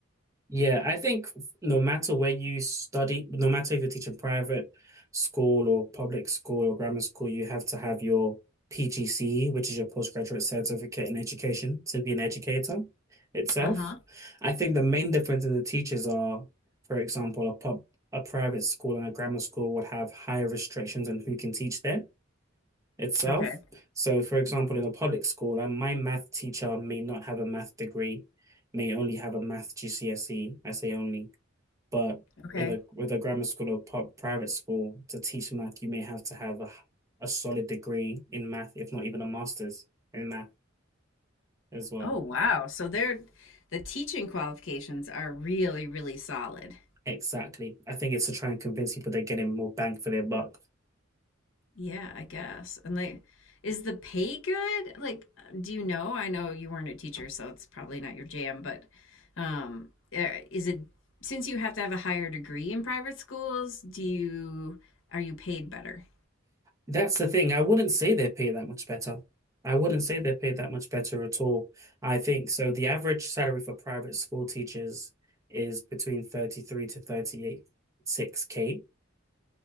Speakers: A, on the right; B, on the left.
A: Yeah, I think no matter where you study, no matter if you're teaching private school or public school or grammar school, you have to have your PGCE, which is your postgraduate certificate in education, to be an educator itself.
B: Uh-huh.
A: I think the main difference in the teachers are, for example, a pub, a private school and a grammar school would have higher restrictions on who can teach there itself.
B: Okay.
A: So, for example, in a public school, and my math teacher may not have a math degree, may only have a math GCSE. I say only, but
B: Okay.
A: with a with a grammar school or pu- private school to teach math, you may have to have a a solid degree in math, if not even a master's in math as well.
B: Oh, wow. So they're the teaching qualifications are really, really solid.
A: Exactly. I think it's to try and convince people they're getting more bang for their buck.
B: Yeah, I guess. And like, is the pay good? Like, do you know? I know you weren't a teacher, so it's probably not your jam, but um, eh, is it since you have to have a higher degree in private schools, do you are you paid better?
A: That's the thing. I wouldn't say they're paid that much better. I wouldn't say they're paid that much better at all. I think so. The average salary for private school teachers is between 33 to 38, 6K